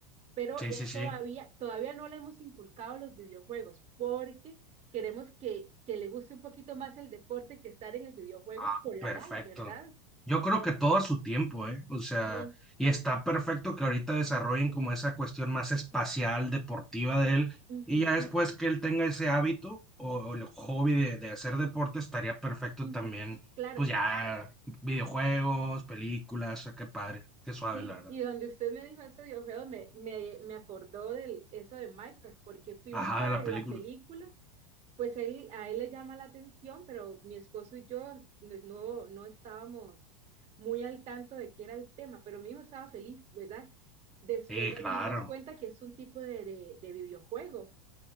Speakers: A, on the right (about 35°); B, in the centre.
A: Pero
B: Sí,
A: él
B: sí, sí.
A: todavía, todavía no le hemos inculcado los videojuegos porque queremos que, que le guste un poquito más el deporte que estar en el videojuego
B: Ah,
A: por la
B: perfecto.
A: edad, ¿verdad?
B: Yo creo que todo a su tiempo, ¿eh? O sea,
A: Sí.
B: y está perfecto que ahorita desarrollen como esa cuestión más espacial, deportiva de él,
A: Ujú,
B: y ya después que él tenga ese hábito o, o el hobby de, de hacer deporte, estaría perfecto
A: ujú.
B: también,
A: Claro,
B: pues ya, videojuegos, películas, qué padre, qué suave,
A: sí,
B: la verdad.
A: y donde usted me dijo eso de videojuegos, me, me, me acordó de eso de Minecraft, porque fuimos
B: Ajá,
A: a
B: de
A: ver
B: la película.
A: la película Pues él, a él le llama la atención, pero mi esposo y yo no, no no estábamos muy al tanto de qué era el tema, pero mi hijo estaba feliz, ¿verdad? Después
B: Sí,
A: nos
B: claro.
A: dimos cuenta que es un tipo de, de, de videojuego.